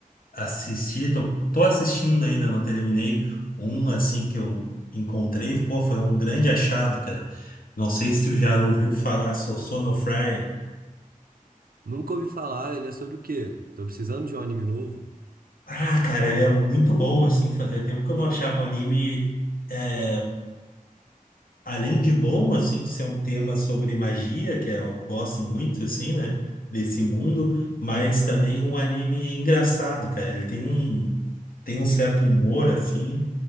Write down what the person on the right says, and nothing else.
Nunca ouvi falar, ele é sobre o quê? Tô precisando de um anime novo.